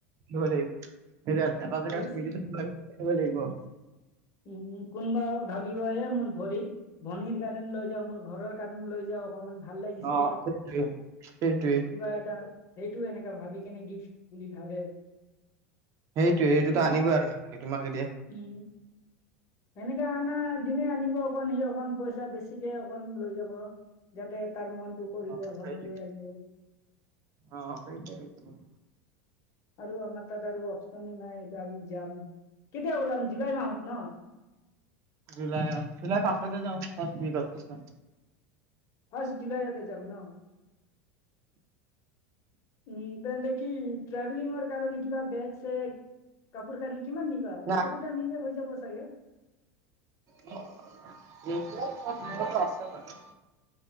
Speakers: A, on the right; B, on the left.
A: নহ'লে এইবোৰ এতিয়া এটা জেগা
B: সেইটো
A: স্মৃতিটো থাকিব লাগিব, থাকিব লাগিব
B: উম-উম কোনোবা আকৌ ভাবিব এ মোৰ ভৰি, ভনীৰ কাৰণে লৈ যাওঁ মোৰ ঘৰৰ কাৰণ লৈ যাওঁ অকমান ভাল লাগিছে,
A: অ
B: ঠিক
A: সেইটোৱে
B: আছে,
A: সেইটোৱে
B: কিবা এটা সেইটো এনেকা ভাবি কেনে গিফ্ট, বুলি ভাবে।
A: সেইটোৱে, সেইটোতো
B: এটা
A: আনিবই আৰু মানুহে তোমাক এতিয়া
B: উম সেনেকে আনা দিনে আনিব অকণ সি অকণ পইচা বেছিকে অকন লৈ যাব। যাতে তাৰ মনটো কৰিব
A: অ
B: ঘৰলৈ
A: সেইটোৱে
B: আনিব।
A: অ, সেইটোৱে বেষ্ট তোমাৰ।
B: আৰু আমাৰ তাত আৰু অপচনে নাই এতিয়া আমি যাম, কেতিয়া ওলাম? জুলাই মাহত ন?
A: জুলাই অ, জুলাই ফাষ্টতে যাওঁ ফাষ্ট ৱিকত কিষ্ণ।
B: ফাৰ্ষ্ট জুলাইয়তে যাম ন? উম তেন্তে কি ট্ৰাভেলিংৰ কাৰণে কিবা বেগ-চেগ কাপোৰ-কানি কিমান নিবা
A: নাই
B: এটা-দুটা নিলে হৈ যাব চাগে?
A: দেইটতো মোৰ মনত আছে বাৰু